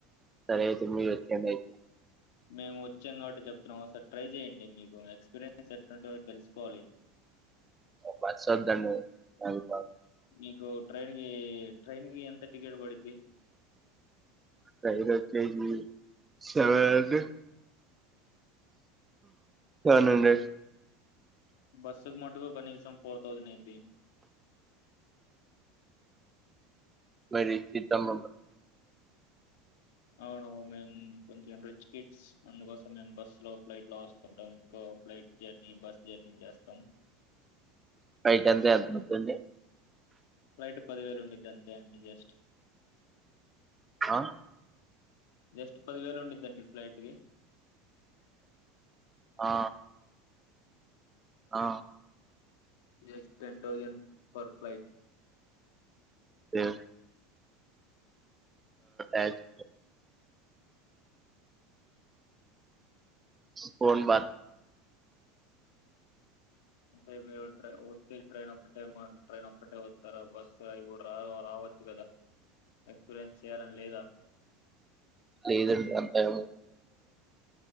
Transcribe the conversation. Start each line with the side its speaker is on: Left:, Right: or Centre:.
Right: సరే అయితు మీ వచ్చిందయతుతే
Left: మేము వచ్చింటి చెప్తున్నాం ఒకసారి ట్రై చెయడి మీకు ఎక్స్పీరియన్స్ ఎట్ంటుందో తెలుసుకోవాలి
Right: పధడి అభ
Left: మీకు ట్రైన్ క ట్రైన్ కి ఎంత టికెట్ పడుద్ది
Right: రఐదు కేజీ సెవెత్ సెవెన్ హండ్రెడ్
Left: బస్సుకు మటుకు కనీసం ఫోర్ థౌజండ్ అయిది
Right: మరి చిితమ్
Left: అవును మేము కొంచెం రిచ్ కిట్స్ అందుకోసం మేము బస్సు లో ఫ్లైట్ లో వస్తుంటాం ఇంకు ఫ్లైట్ జర్నీ బస్ జర్నీ జస్తం
Right: బయట అంత ఎంతవుతుంది
Left: ఫ్లైట్ పదివేలు ఉండద్దంతే అన్నిడి జస్ట్
Right: ఆ
Left: జస్ట్ పది వేలు ఉండడిందండి ఫ్లైట్ి
Right: ఆ ఆ
Left: yes ten thousand per flight
Right: okay ఆజ్ ఫన్ బ
Left: అంటే మీరు ట త్ ట్రైన్ ఒ ఒకటే ట్రైన్ ఒక్కటే ఓతారా బస్సు రా చ్చు కదా ఎక్స్పీరియన్స్ చేయాలని లేదా
Right: లేదండి అంతా ఏమో